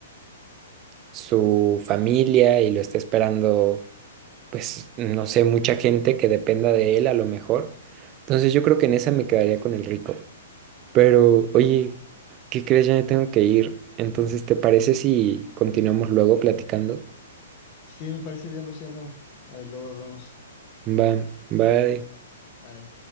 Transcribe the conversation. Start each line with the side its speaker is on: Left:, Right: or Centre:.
Right: su familia y lo está esperando, pues, no sé, mucha gente que dependa de él a lo mejor. Entonces yo creo que en esa me quedaría con el rico. Pero, oye, ¿qué crees? Ya me tengo que ir. Entonces, ¿te parece si continuamos luego platicando?
Left: sí me parece bien, Luciano. Eh, luego hablamos.
Right: Va, bye.
Left: Bye.